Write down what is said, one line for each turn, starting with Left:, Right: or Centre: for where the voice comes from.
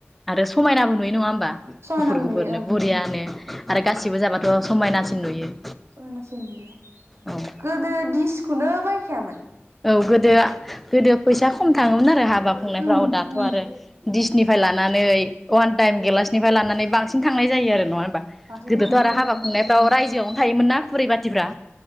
Centre: आरो समायनाबो नुयो नङा होमबा
Right: समायनाबो
Centre: गुफुर गुफुरनो
Right: नुयो ओं
Centre: बरियानो। आरो गासिबो जाबाथ' समायनासिन नुयो।
Right: समायनासिन नुयो
Centre: औ
Right: गोदो दिसखौनो बायखायामोन।
Centre: औ गोदो गोदो फैसा खम थाङोमोन आरो हाब बा खुंनाय
Right: उम
Centre: फोराव दाथ'
Right: उम
Centre: आरो दिसनि फ्राय लानानै अवान टाइम गेलासनिफ्राय लानानै बांसिन थांनाय जायो आरो नङा होन
Right: बांसिन
Centre: गोदोथ'
Right: थांनाय जायो
Centre: आरो हाबा
Right: आं
Centre: खुंनायफ्राव रायजोआवनो थायोमोन ना खुरै बाथिफ्रा?